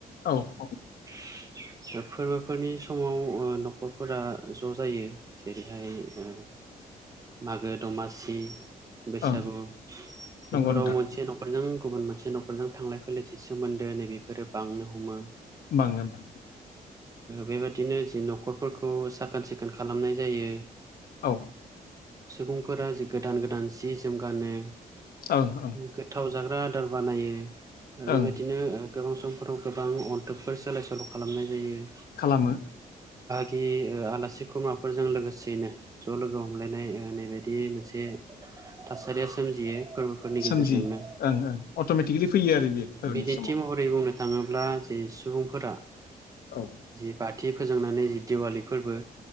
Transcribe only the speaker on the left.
औ औ।
औ
ओं
नंगौ नोंथां
बाङो बां
औ।
ओं ओं
ओं
खालामो।
सोमजियो
ओं ओं अट'मेटिकेलि फैयो आरो बेयो फोरबोनि
समाव
औ